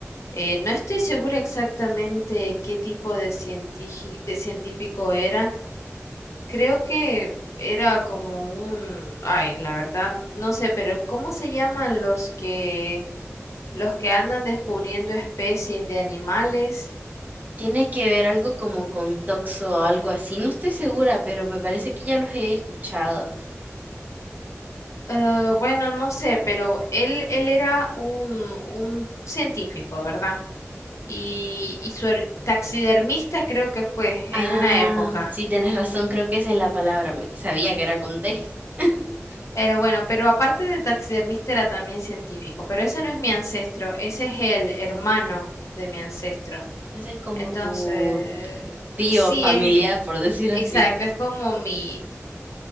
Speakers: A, on the left; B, on the right.
A: Eh, no estoy segura exactamente qué tipo de científi- de científico era. Creo que era como un... Ay, la verdad, no sé, pero ¿cómo se llaman los que, los que andan descubriendo especies de animales?
B: Tiene que ver algo como con Toxo o algo así. No estoy segura, pero me parece que ya los he escuchado.
A: Eh, bueno, no sé, pero él, él era un, un científico, ¿verdad? y, y su her- taxidermista creo que fue en
B: Ah,
A: una época.
B: sí, tienes razón, creo que esa es la palabra. me- Sabía que era con T. <laughs>
A: Pero bueno, pero aparte de taxidermista era también científico, pero ese no es mi ancestro, ese es el hermano de mi ancestro.
B: Ese es como
A: Entonces,
B: tu tío
A: sí
B: familiar,
A: es,
B: por decir
A: exacto,
B: así.
A: es como mi,